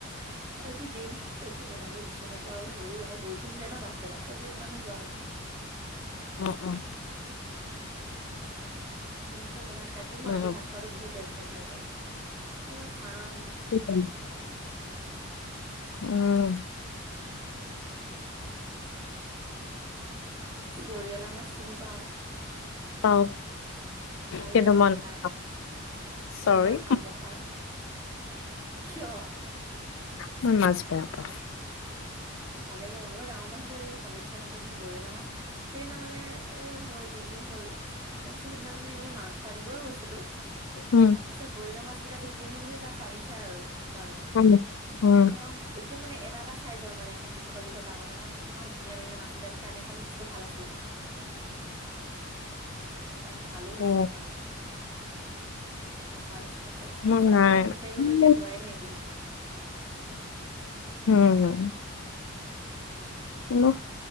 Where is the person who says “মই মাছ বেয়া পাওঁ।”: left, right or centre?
Left